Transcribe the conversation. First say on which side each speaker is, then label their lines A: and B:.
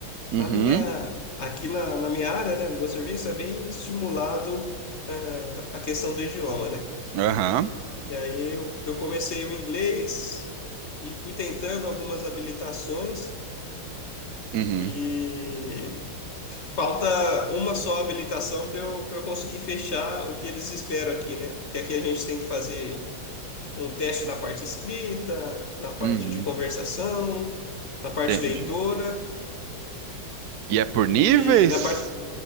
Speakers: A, on the right; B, on the left.
A: Uhum,
B: na minha, aqui na, na minha área, né? No meu serviço é bem estimulado, eh, a questão do idioma, né?
A: aham,
B: E aí eu, eu comecei o inglês e fui tentando algumas habilitações
A: uhum,
B: e falta uma só habilitação para eu, para eu conseguir fechar o que eles esperam aqui, né? Que aqui a gente tem que fazer um teste na parte escrita, na parte
A: uhum.
B: de conversação, na parte
A: Entendi.
B: leitora
A: E é por níveis?
B: e na parte